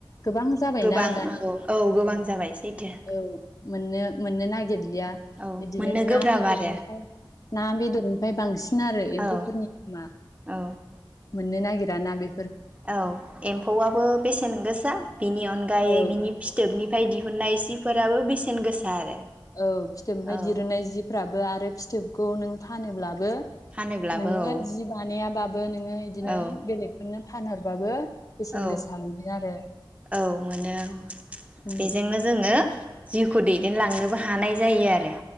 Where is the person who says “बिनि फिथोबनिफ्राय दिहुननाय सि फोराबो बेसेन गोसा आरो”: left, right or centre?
Right